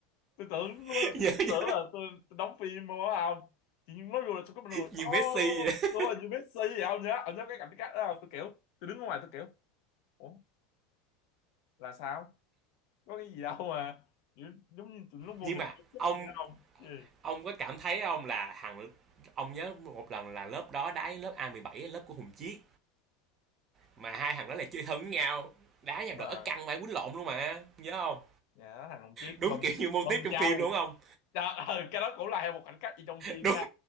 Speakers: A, on the left; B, on the right.
A: tôi tưởng
B: <laughs>
A: luôn
B: Như,
A: tưởng
B: như,
A: là tôi, tôi đóng phim không á không chị Nhung nói vô là tôi có một người oh
B: như Messi vậy.
A: đúng rồi như Messi vậy không nhá ông nhớ cái cảnh cắt đó không tôi kiểu tôi đứng ở ngoài tôi kiểu ủa là sao có cái gì đâu mà kiểu, giống như tụi nó vô
B: Nhưng
A: địch
B: mà ông
A: vậy không gì
B: ông có cảm thấy không là thằng ông nhớ một lần là lớp đó đá với lớp a mười bảy lớp của Hùng Chiết mà hai thằng đó là chơi thân với nhau đá nhau
A: đúng rồi
B: đỡ căng phải quýnh lộn luôn mà nhớ không
A: nhà nó thằng Hồng Chiết
B: đúng
A: bầm
B: kiểu như mô
A: bầm
B: típ trong
A: trâu
B: phim luôn không
A: Trời ơi, cái đó cũng là một cảnh cắt gì trong phim
B: đúng
A: nha